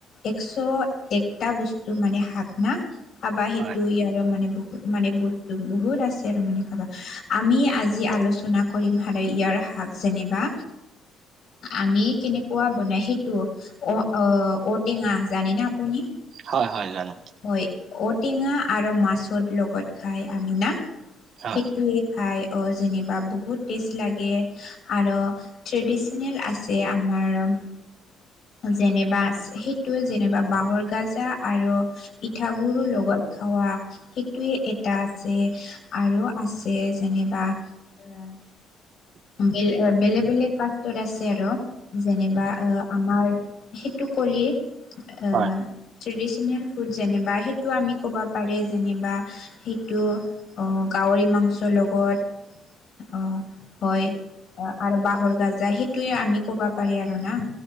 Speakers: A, on the left; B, on the right.
A: এশ একটা বস। টো মানে শাক না। খাবা সেইটো
B: হয়
A: ইয়াৰে মানে ব মানে বস্তু বহুত আছে। আৰু মানে খাবা আমি আজি আলোচনা কৰিম হদাই ইয়াৰ শাক। যেনিবা আমি কেনেকুৱা। বনাই সেইটো অ, অ ঔটেঙা জানে না আপুনি।
B: হয়, হয় জানো।
A: হয়, ঔটেঙা আৰু মাছৰ লগত খাই আমি না সেইটোৱে।
B: হয়
A: খাই অ, যেনিবা বহুত টেষ্ট লাগে আৰ ট্ৰেডিচেনেল আছে আমাৰ ৰম যেনেবা আছ সেইটোৱে যেনবা বাঁহৰ গাজা আৰু। পিঠা গুৰু লগত খাৱা সেইটোৱে এটা আছে। আৰু আছে যেনেবা। উম, <unintelligible> বেলে বেলেগ বেলেগ কাষ্টত আছে আৰু যেনিবা আহ আমাৰ। সেইটো কলি আহ।
B: হয়।
A: ট্ৰেডিচেনেল ফুড যেনেবা সেইটো আমি ক'বা পাৰি যেনেবা। সেইটো অহ গাহৰি মাংছৰ লগত অহ। হয় আৰু বাঁহৰ গাজা সেইটোয়ে আমি ক'বা পাৰি আৰু না।